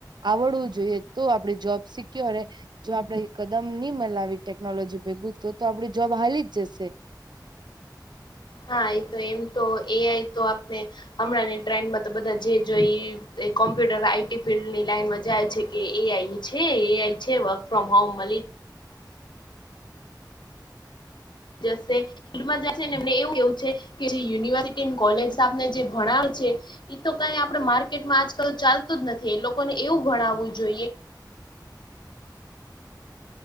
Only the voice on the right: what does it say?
આવડવું જોઈએ તો આપડે જોબ શી કયો રરે જો આપડે કદમ નહી મલાવી ટેકનોલોજી ભેગું તો તો આપડી જોબ હાલી જ જશે